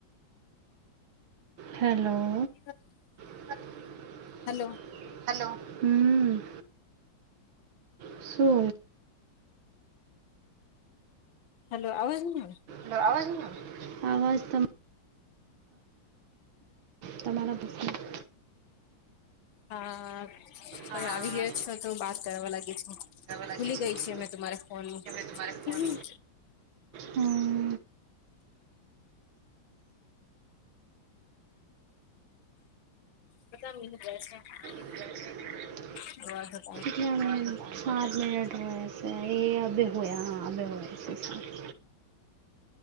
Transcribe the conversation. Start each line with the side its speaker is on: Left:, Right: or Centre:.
Right: હેલો.
Left: <inaudible>
Right: હ <inaudible>
Left: હાલો.
Right: હાલો, હમ્મ શું
Left: હલો આવાજ ન
Right: હ આવાજ ની આવતો તો, અવાજ ત તમારા પસંદ
Left: હા. કોઈ
Right: હા
Left: આવી ગયો છો તો બાત કરવા લાગી છે,
Right: લાગે
Left: ભૂલી
Right: છે
Left: ગઈ છી અમે તમારે ફોન.
Right: તમારે ફોન
Left: હમ.
Right: હમ.
Left: પતા મને બેસ <unintelligible>
Right: હ <inaudible>
Left: બ <unintelligible>
Right: તલા મ સાત મિનટ હો છે એ અભ હોયા હા અભ હો છે સાત <unintelligible>